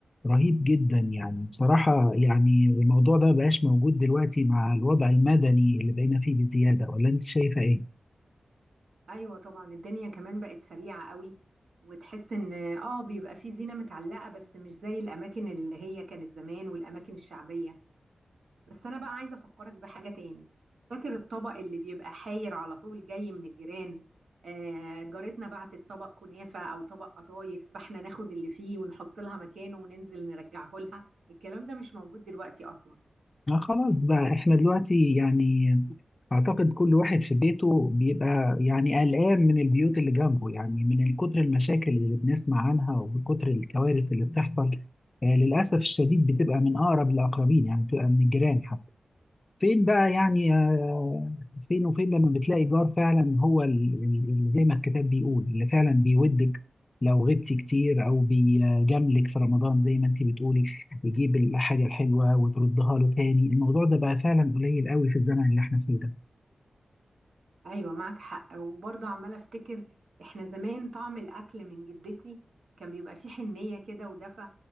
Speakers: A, on the left (about 40°); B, on the right (about 80°).
A: رهيب جدا يعني بصراحة يعني الموضوع ده مبقاش موجود دلوقتي مع الوضع المدني اللي بقينا فيه بزيادة ولا أنت شايفة إيه؟
B: ايوه طبعا الدنيا كمان بقت سريعه قوي وتحس ان اه بيبقى في زينه متعلقه بس مش زي الاماكن اللي هي كانت زمان والاماكن الشعبيه بس انا بقى عايزه افكرك بحاجه تاني فاكر الطبق اللي بيبقى حاير على طول جاي من الجيران آه جارتنا بعتت طبق كنافه او طبق قطايف فاحنا ناخد اللي فيه ونحط لها مكانه وننزل نرجعه لها الكلام ده مش موجود دلوقتي اصلا
A: ما خلاص بقى احنا دلوقتي يعني اعتقد كل واحد في بيته بيبقى يعني قلقان من البيوت اللي جنبه يعني من كتر المشاكل اللي بنسمع عنها ومن كتر الكوارث اللي بتحصل آه، للاسف الشديد بتبقى من اقرب الاقربين يعني بتبقى من الجيران فين بقى يعني آه، فين وفين لما بتلاقي جار فعلا هو ال- ال- اللي زي ما الكتاب بيقول اللي فعلا بيودك لو غبتي كتير او بيجاملك في رمضان زي ما انت بتقولي يجيب الحاجه الحلوه وتردها له تاني الموضوع ده بقى فعلا قليل قوي في الزمن اللي احنا فيه ده
B: ايوه معك حق وبرضه عماله افتكر احنا زمان طعم الاكل من جدتي كان بيبقى فيه حنيه كده ودفى